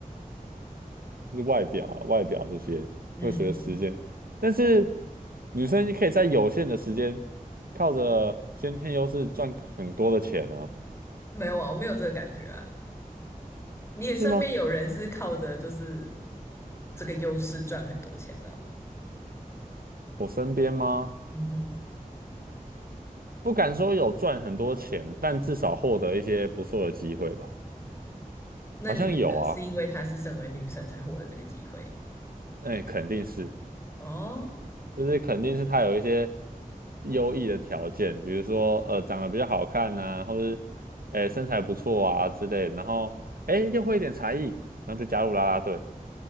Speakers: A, on the right; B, on the left.
A: <laughs> 就是外表啊外表这些会随着时间，
B: 嗯哼，
A: 但是女生可以在有限的时间靠着先天优势赚很多的钱啊，
B: 没有啊，我没有这个感觉啊。你也身边有人是靠着就是
A: 是吗？
B: 这个优势赚很多钱的哦
A: 我身边吗？
B: 嗯哼，
A: 不敢说有赚很多钱，但至少获得一些不错的机会吧。
B: 那你觉得是因为她是身为女生才获得这个机会？
A: 好像有啊，哎，肯定是，
B: 哦，
A: 就是肯定是他有一些优异的条件，比如说呃长得比较好看呐、或者哎身材不错啊之类的然后哎又会一点才艺，然后就加入啦啦队，